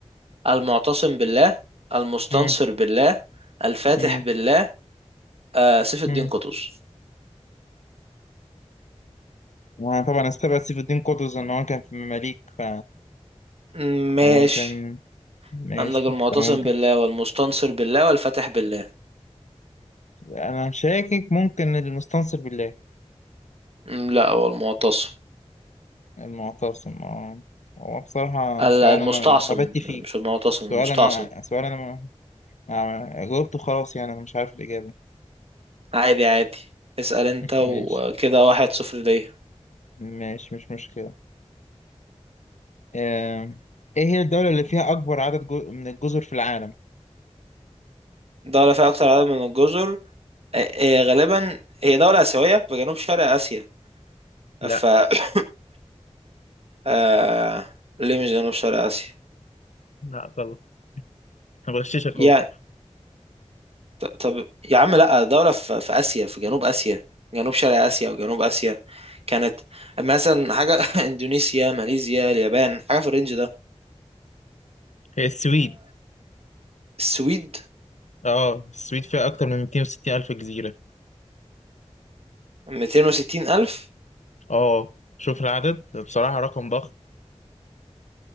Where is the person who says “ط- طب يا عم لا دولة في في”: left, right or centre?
Right